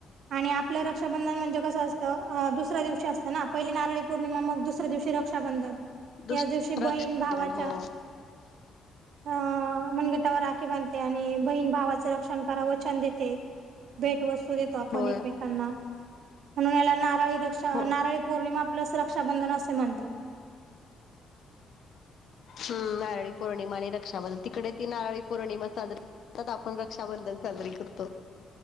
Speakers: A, on the right (about 70°); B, on the left (about 60°).
A: आणि आपलं रक्षाबंधन म्हणजे कसं असतं दुसऱ्या दिवशी असतं ना पहिली नारळी पौर्णिमा मग दुसऱ्या दिवशी रक्षाबंधन
B: दुस
A: याच दिवशी
B: रक्षाबंधन
A: बहीण भावाच्या
B: हो
A: अ मनगटावर राखी बांधते आणि बहीण भावाचं रक्षण करा वचन देते. भेट वस्तू देतो आपण
B: होय
A: एकमेकांना म्हणून याला नारळी दक्षा
B: हो.
A: नारळी पौर्णिमा प्लस रक्षाबंधन असे म्हणतात.
B: हम् नारळी पौर्णिमा आणि रक्षाबदल तिकडे ती नारळी पौर्णिमा साजरा त्यात आपण रक्षाबंधन साजरी करतो.